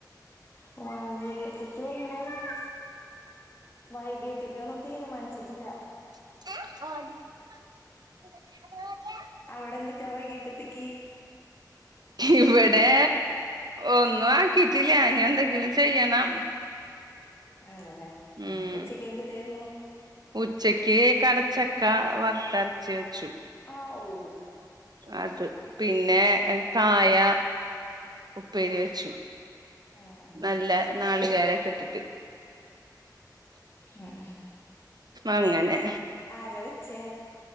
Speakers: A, on the left (about 35°); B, on the right (about 65°).
A: <unintelligible> വൈകീട്ട് ക്ക് ഒന്നും തീരുമാനിച്ചിട്ടില്ല
B: <inaudible>
A: അവിടെ എന്തക്കാ വൈകീട്ടത്തേക്ക്
B: ഇവിടെ ഒന്നും ആക്കിട്ടില്ല ഇനി എന്തെ ങ്കിലും ചെയ്യണം
A: അതെല്ലേ
B: ഉം
A: ഉച്ചക്ക് എന്തിട്ടായിരുന്നു
B: ഉച്ചക്ക് കടച്ചക്ക വറത്തരച്ച് വെച്ചു
A: ആഹ് ഹൂ
B: അത് പിന്നെ കായ ഉപ്പേരി വെച്ചു
A: ആഹ്
B: നല്ല നാളികേരൊക്കെ ഇട്ടിട്ട്
A: ആഹ്
B: അങ്ങനെ
A: ആരാ വെച്ചേ